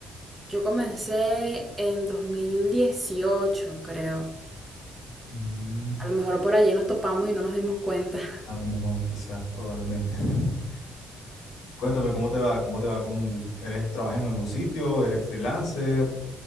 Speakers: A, on the right; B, on the left.
A: Yo comencé en 2018, creo.
B: Mm,
A: A lo mejor por allí nos topamos y no nos dimos cuenta.
B: a lo mejor, quizás, probablemente. <laughs> Cuéntame, ¿cómo te va? ¿Cómo te va con... ¿Eres, trabajas en algún sitio? ¿Eres freelancer?